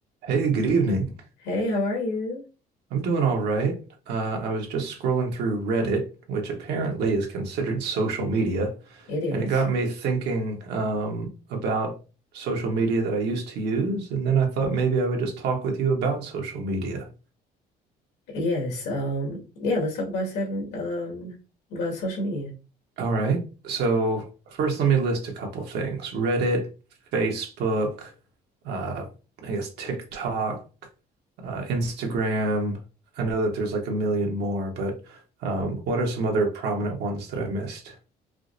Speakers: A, on the right (about 80°); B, on the left (about 80°).
A: Hey, good evening.
B: Hey, how are you?
A: I'm doing all right. Uh, I was just scrolling through Reddit, which apparently is considered social media,
B: It is.
A: and it got me thinking um, about social media that I used to use, and then I thought maybe I would just talk with you about social media.
B: Yes. Um, yeah, let's talk about seven um about social media.
A: All right. So first, let me list a couple things: Reddit, Facebook, uh, I guess TikTok, uh, Instagram. I know that there's like a million more, but um, what are some other prominent ones that I missed?